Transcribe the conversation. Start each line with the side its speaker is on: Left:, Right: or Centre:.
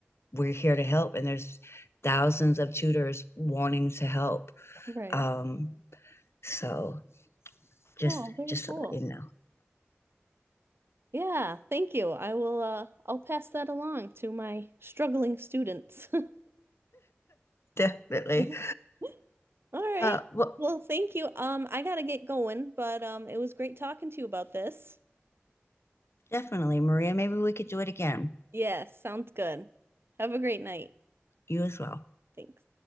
Left: we're here to help and there's thousands of tutors wanting to help
Right: right.
Left: um so just
Right: Oh, very
Left: just
Right: cool.
Left: so you know
Right: Yeah, thank you. I will uh I'll pass that along to my struggling students.
Left: <laughs> definitely
Right: <laughs> All right.
Left: uh well
Right: Well, thank you. Um, I gotta get going, but um, it was great talking to you about this.
Left: definitely maria maybe we could do it again
Right: Yes, sounds good. Have a great night.
Left: you as well
Right: Thanks.